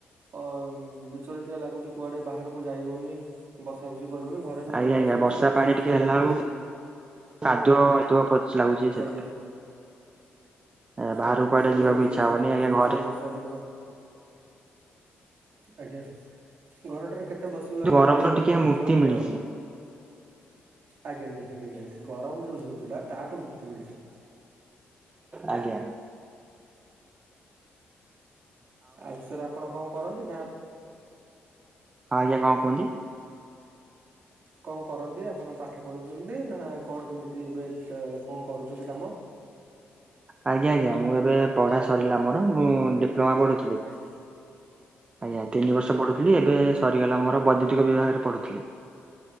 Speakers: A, on the right; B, on the right.
A: ଅ ବିଚଳତିଆ ଲାଗୁଛି କୁଆଡେ ବାହାରକୁ ଯାଇ ହଉନି ବସା ବସି କରିବୁନି ଘ ରେ ସବୁବେଳେ
B: ଆଜ୍ଞା ଆଜ୍ଞା
A: ବସା
B: ବର୍ଷା
A: ବସି କରିବାକୁ
B: ପାଣି
A: ପଡୁଛି
B: ଟିକେ ହେଲା
A: ବାଧହେଇକି।
B: ବେଳକୁ କାଦୁଅ ହେତଥିବ ପଚ ଲାଗୁଛି ସେଥିପାଇଁ।
A: ଆଜ୍ଞା
B: ଆ ବାହାର
A: ଆଜ୍ଞା
B: କୁଆଡେ
A: ସେଇ
B: ଯିବାକୁ
A: ତ ସେଇ
B: ଇଛା
A: ସବୁ
B: ହବନି ଆଜ୍ଞା
A: ଜିନିଷ
B: ଘରେ
A: ଏଇ ବର୍ଷା ଦିନର ଆଜ୍ଞା ଘରଟାରେ କେତେ ବସିବ ଆଜ୍ଞା
B: ଗରମରୁ
A: ବୋର
B: ଟିକେ
A: ଲାଗୁଛି
B: ମୁକ୍ତି
A: ମାନେ
B: ମିଳିଛି
A: ଆଜ୍ଞା ନିହାତି ନିହାତି ଗରମ ଯୋଉ ହେଉଥିଲା ତାଠୁ ମୁକ୍ତି ମିଳଛି।
B: ଆଜ୍ଞା।
A: ଆଉ ସାର୍ ଆପଣ କଁ କରନ୍ତି ନା
B: ହଁ ଆଜ୍ଞା କଣ କୁହନ୍ତି?
A: କଣ କରନ୍ତି ଆପଣ ପାଠ ପଢ଼ଉଛନ୍ତି ନା କଣ କେମିତି ଏବେ କଣ କରୁଛନ୍ତି କାମ?
B: ଆଜ୍ଞା, ଆଜ୍ଞା ମୁ ଏବେ ପଢ଼ା ସରିଲା ମୋର ମୁଁ ଡିପ୍ ଡିପ୍ଲମା ପଢ଼ୁଥିଲି
A: ଆଜ୍ଞା
B: ଆଜ୍ଞା ତିନି ବର୍ଷ ପଢୁ ଥିଲି ଏବେ ସରିଗଲା ମୋର ବୈଦ୍ୟୁତିକ ବିଭାଗରେ ପଢୁଥିଲି।